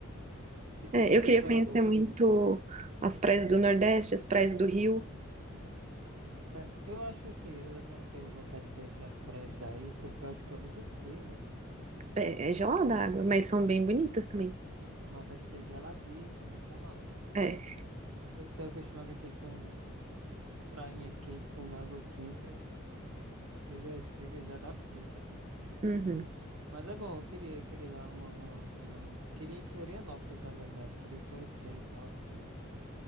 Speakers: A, on the right; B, on the right.
A: <laughs> Aqui tem
B: É,
A: muita
B: eu queria
A: praia
B: conhecer
A: boa.
B: muito as praias do Nordeste, as praias do Rio.
A: É, eu acho assim, eu não tenho vontade de conhecer as praias daí, porque eu acho que é muito frio, né?
B: É, é gelada
A: Tipo,
B: a água, mas são
A: o, o-
B: bem bonitas também.
A: o mar deve ser geladíssimo, tá maluco?
B: É.
A: Eu que tô acostumado aqui com prainha quente, com água quente, eu chega, chega, já dá frio já.
B: Uhum.
A: Mas é bom, eu queria, queria dar uma, uma, uma- Queria ir em Florianópolis, na verdade, queria conhecer e tal. Tem,